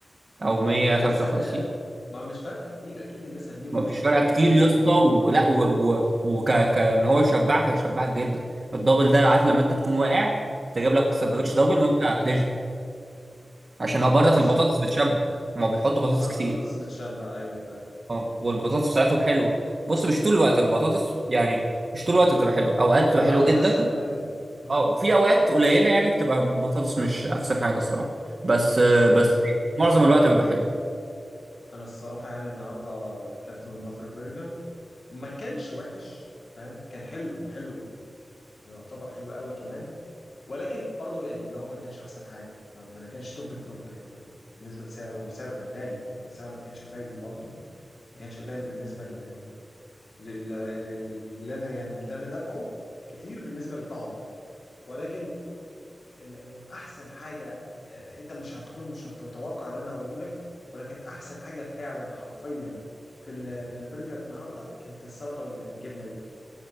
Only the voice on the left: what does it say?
يا سلام ما مش فارقه كتير اكيد الناس هتجيب الدبل
يعني
انت
بتقول
ايه
مم.
اه
ده
بتهزر
ما البطاطس
متشبع أيوة فعلا
على
حسب أيوة مم.
أنا الصراحة
أنا الصراحة يعني النهاردة أكلت من بافر برجر ما كانش وحش فاهم كان حلو كان حلو يعتبر حلو قوي كمان ولكن برضه يعني اللي هو ما كانش أحسن حاجة ما ما كانش توب التوب يعني بالنسبة لسعره سعره كان غالي يعني سعره ما كانش قليل برضه ما كانش قليل بالنسبة لل- لل- لل- للي أنا يعني اللي أنا دافعه كتير بالنسبة لطعمه يعني ولكن ال- ال- احسن حاجه آه، انت مش هتكون مش هتتوقع اللي انا هقوله لك ولكن احسن حاجه فعلا حرفيا في ال- في البرجر النهارده كانت السلطه والجبنه اللي فيه